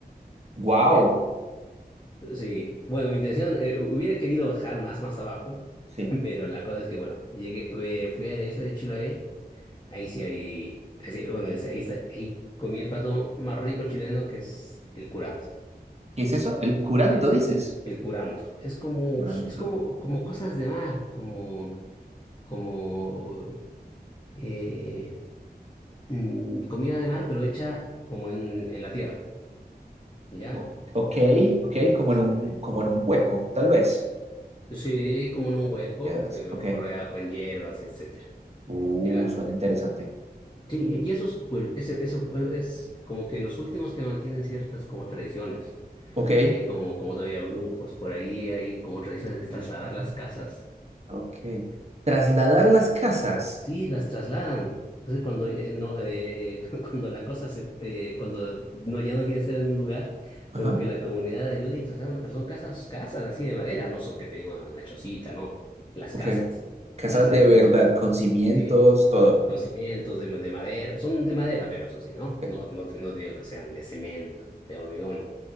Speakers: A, on the right; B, on the left.
A: ¡Wow!
B: Ya, sí, bueno, mi intención, eh, hubiera querido bajar más, más abajo,
A: Sí.
B: <laughs> pero la cosa es que, bueno, llegué, eh, fui a la isla de Chiloé. Ahí sí hay, así, bueno, es- ahí, está- ahí comí el plato más rico chileno que es el curanto.
A: ¿Qué es eso? El curanto,
B: El,
A: dices.
B: el, el curanto. Es como,
A: Curanto.
B: es como, como cosas de mar, como, como eh, mm, comida de mar, pero hecha como en, en la tierra, ¿ya?
A: O- ok, ok, como
B: Sí,
A: en un,
B: dale.
A: como en un hueco, tal vez.
B: Sí, como en un hueco,
A: Piedras,
B: que
A: ok.
B: rodeado con hierbas y etcétera.
A: Uh,
B: ¿Ya?
A: suena interesante.
B: Sí, y y esos, pues, ese, ese, pues, es como que los últimos que mantienen ciertas como tradiciones.
A: Ok.
B: Hay como, como todavía brujos por ahí, hay como tradiciones de
A: Ah,
B: trasladar las casas.
A: Ok. Trasladar las casas.
B: Sí, las trasladan. Entonces, cuando, eh, no, eh, <laughs> cuando la cosa se, eh, cuando no, ya no quiere estar en un lugar,
A: Ajá.
B: como que la comunidad ayuda y traslada a una persona casas, casas así de madera, no son que te digo una chocita, no, las
A: Ok.
B: casas,
A: Casa
B: las
A: de
B: le,
A: verdad,
B: como,
A: con cimientos,
B: sí,
A: todo.
B: los cimientos de, de madera, son de madera, pero eso sí, ¿no?
A: Ok.
B: No, no te, no te digo que sean de cemento, de hormigón.